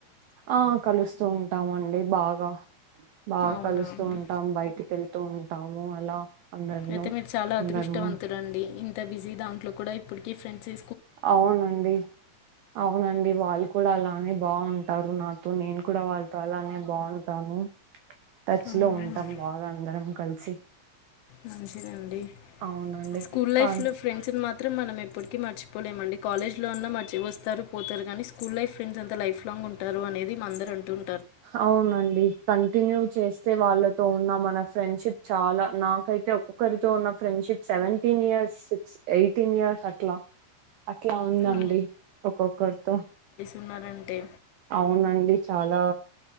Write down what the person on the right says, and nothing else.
ఆ కలుస్తూ ఉంటామండి బాగా బాగా
కలుస్తూ
ఉంటాం బయటికెళ్ ఉంటాము అలా అందరును
అందరము
అవునండి అవునండి వాళ్ళు కూడ అలా అని బాగుంటారు నాకు నేను కూడా వాళ్ళతో అలానె బాగుం తాను టచ్
లో ఉంటాం బాగా అందరం కలిసి
అవునండి
కానీ
అవునండి కంటిన్యూ చేస్ వాళ్ళతో ఉన్న మన ఫ్రెండ్షిప్ చాలా నాకైతే ఒక్కొక్కరితో ఉన్న friendship seventeen years six eighteen years అట్లా అట్లా ఉందండి
ఒక్కొక్కరితో
అవునండి చాలా